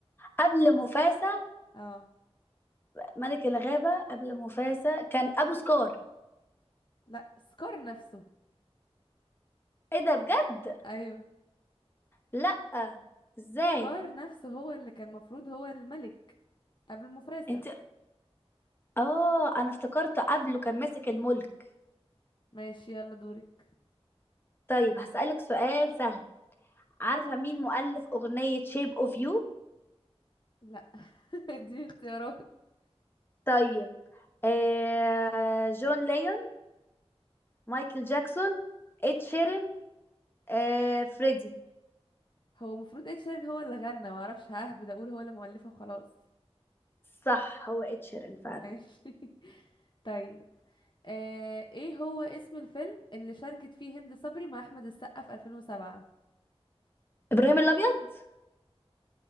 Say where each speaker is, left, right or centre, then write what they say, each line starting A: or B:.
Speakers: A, on the left; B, on the left.
A: قبل مفاسة
B: اه
A: ملك الغابة قبل مفاسة كان ابو سكار
B: لا سكار نفسه
A: ايه ده بجد
B: ايوه
A: لا ازاي
B: سكار نفسه هو اللي كان مفروض هو الملك قبل مفاسا
A: انت اه انا افتكرته قبله كان ماسك الملك
B: ماشي يلا دورك
A: طيب هسألك سؤال سهل عارفة مين مؤلف أغنية شيب اوف يو
B: لا <laughs> دي اختيارات
A: طيب آه جون ليون مايكل جاكسون إد شيرين آه فريدي
B: هو المفروض ed شيران هو اللي غنى معرفش ههبد اقول هو اللي مؤلفه وخلاص
A: صح هو إد شيرين فعلا
B: ماشي <laughs> طيب آه ايه هو اسم الفيلم اللي شاركت فيه هند صبري مع احمد السقا في 2007
A: إبراهيم الأبيض